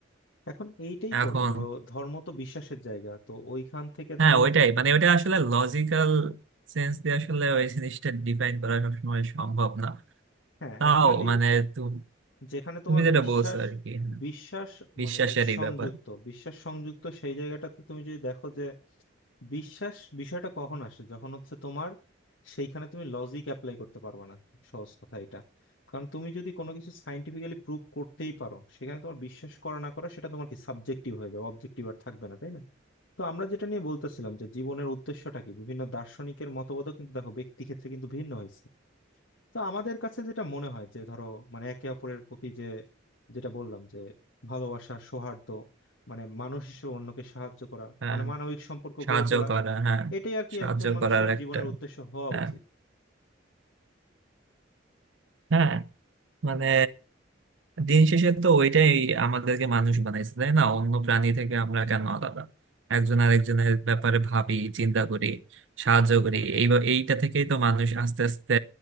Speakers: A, on the left; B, on the right.
A: এখন এইটাই
B: এখন
A: তো ধরো ধর্ম তো বিশ্বাসের জায়গা তো ওইখান থেকে
B: হ্যাঁ
A: ধরো
B: ওইটাই মানে ওইটা আসলে লজিক্যাল সেন্স দিয়ে আসলে ওই জিনিসটা ডিফাইন করা সবসময় সম্ভব না
A: হ্যাঁ
B: তাও
A: অ্যাকচুয়ালি
B: মানে তু-
A: যেখানে তোমার
B: তুমি যেটা
A: বিশ্বাস
B: বলছো আর কি হ্যাঁ,
A: বিশ্বাস
B: বিশ্বাসেরই
A: মানে সংযুক্ত
B: ব্যাপার
A: বিশ্বাস সংযুক্ত সেই জায়গাটাতে তুমি যদি দেখো যে বিশ্বাস বিষয়টা কখন আসে যখন হচ্ছে তোমার সেইখানে তুমি লজিক অ্যাপ্লাই করতে পারবে না সহজ কথা এটা কারণ তুমি যদি কোনো কিছু সাইন্টিফিক্যালি প্রুভ করতেই পারো সেখানে তোমার বিশ্বাস করা না করা সেটা তোমার কি সাবজেক্টিভ হয়ে যাবে অবজেক্টিভ আর থাকবে না তাই না তো আমরা যেটা নিয়ে বলতেছিলাম যে জীবনের উদ্দেশ্যটা কি বিভিন্ন দার্শনিকের মতবাদও কিন্তু দেখো ব্যক্তি ক্ষেত্রে কিন্তু ভিন্ন হয়েছে তো আমাদের কাছে যেটা মনে হয় যে ধরো মানে একে অপরের প্রতি যে যেটা বললাম যে ভালোবাসা সৌহার্দ্য মানে মানুষ হিসেবে অন্যকে সাহায্য করা
B: হ্যাঁ
A: মানে মানবিক সম্পর্ক
B: সাহায্য
A: গড়ে তোলা
B: করা হ্যাঁ
A: এটাই আর কি
B: সাহায্য
A: একজন মানুষের
B: করার একটা
A: জীবনের উদ্দেশ্য হওয়া
B: হ্যাঁ
A: উচিত
B: হ্যাঁ, মানে দিন শেষে তো ওইটাই আমাদেরকে মানুষ বানাইছে তাই না অন্য প্রাণী থেকে আমরা কেন আলাদা একজন আরেকজনের ব্যাপারে ভাবি চিন্তা করি সাহায্য করি এই এইটা থেকেই তো মানুষ আস্তে আস্তে